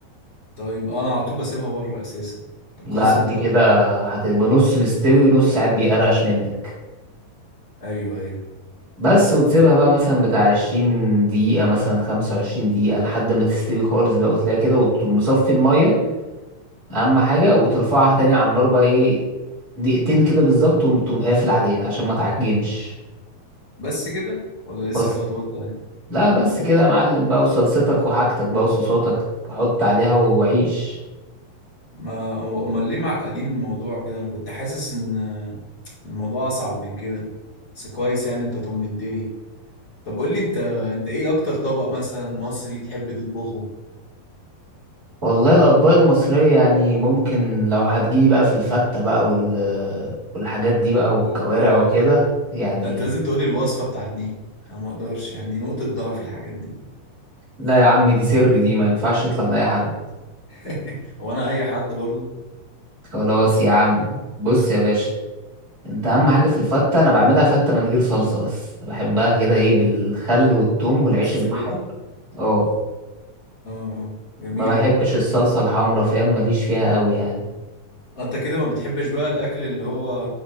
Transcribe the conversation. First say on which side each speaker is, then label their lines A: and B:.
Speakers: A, on the left; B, on the right.
A: طيب انا على طول بسيبها بره اساسا طب
B: لا
A: كويس
B: دي
A: انت قلت
B: كده
A: لي
B: هتبقى نص مستوي ونص ساعات بيقرقش منك
A: ايوه ايوه
B: بس وتسيبها
A: طب
B: بقى مثلا بتاع عشرين دقيقة مثلا خمسة وعشرين دقيقة لحد ما تستوي خالص بقى وتلاقيها كده وتقوم مصفي المية اهم حاجه وترفعها تاني على النار بقى ايه دقيقتين كده بالظبط وتقوم تقوم قافل عليها عشان ما تعجنش
A: بس كده ولا لسه
B: بس
A: في خطوات تانية
B: لا بس كده يا معلم بقى وصلصتك وحاجتك بقى وصوصاتك حط عليها وعيش
A: ما أم- امال ليه معقدين الموضوع كده انا كنت حاسس ان إن الموضوع اصعب من كده بس كويس يعني انت طمنتني طب قول لي انت انت ايه اكتر طبق مثلا مصري بتحب تطبخه
B: والله الاطباق المصريه يعني ممكن لو هتجيلي بقى في الفته بقى وال والحاجات دي بقى والكوارع
A: اوبا
B: وكده يعني
A: لا انت لازم تقول لي الوصفة بتاعت دي انا ما اقدرش يعني دي نقطة ضعف الحاجات دي
B: لا يا عم دي سر دي ما ينفعش يطلع لاي حد
A: <laughs> هو انا اي حد برضو
B: خلاص يا عم بص يا باشا انت اهم حاجه في الفته انا بعملها فته من غير صلصه بس بحبها كده ايه بالخل والثوم والعيش
A: الزبادي
B: المحمر اه
A: اه آه، جميلة
B: ما بحبش
A: برضو
B: الصلصه الحمرا فاهم ماليش فيها قوي يعني
A: انت كده ما بتحبش بقى الاكل اللي هو